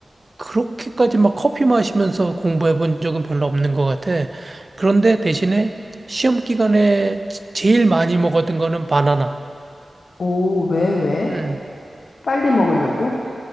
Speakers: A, on the right; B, on the left.
A: 그렇게까지 막 커피 마시면서 공부해 본 적은 별로 없는 것 같아. 그런데 대신에 시험 기간에 지- 제일 많이 먹었던 거는 바나나.
B: 오, 왜, 왜?
A: 음.
B: 빨리 먹으려고?